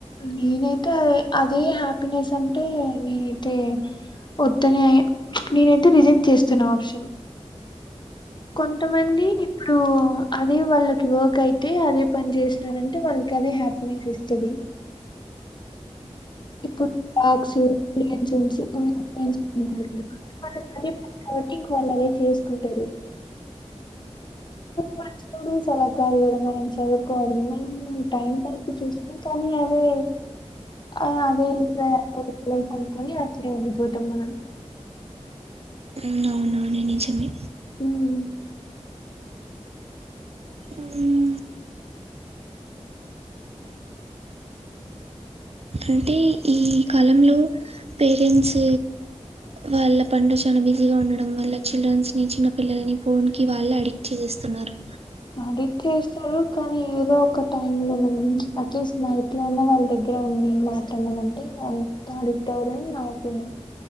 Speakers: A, on the left; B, on the right.
A: నేనైతే అదే హ్యాపీనెస్ అంటే నేనైతే వొద్దనే నేనైతే రిజెక్ట్ చేస్తున్నా ఆప్షన్ కొంతమంది ఇప్పుడూ అదే వాళ్ళకి వర్క్ అయితే అదే పని చేసినారంటే వాళ్ళకి అదే హ్యాపీనెస్ ఇస్తది ఇప్పుడు పార్క్స్, ప్లే జోన్స్ <unintelligible> ఉంటది కదా కాబట్టి ఇంక వాళ్ళదే చేసుకుంటరు మర్చుకోవడం అలా కాదు కదా మనం చదువుకోవాలి మనమేమన్న టైం పాస్ కి చూస్కో కని అదే ఆ అదే ఇంగా అదే కొనుక్కొని అట్నే ఉండిపోతాం మనం
B: ఉమ్ అవునువున్ ది నిజమే
A: ఉమ్
B: ఉమ్ అంటే ఈ కాలంలో పేరెంట్స్ వాళ్ళ పనిలో చానా బిజీగా ఉండడం వల్ల చిల్డ్రన్స్ ని చిన్న పిల్లల్ని ఫోన్ కి వాళ్ళే అడిక్ట్ చేసేస్తున్నారు
A: ఆడిట్ చేసారు కానీ ఏదో ఒక టై లో మనం అట్లీస్ట్ మై ట్లా ఉన్న వాళ్ళ దగ్గర ఉండి మాట్లాడనమ అంటే అంత అడిక్ట్ అవరని నా ఒపీనియన్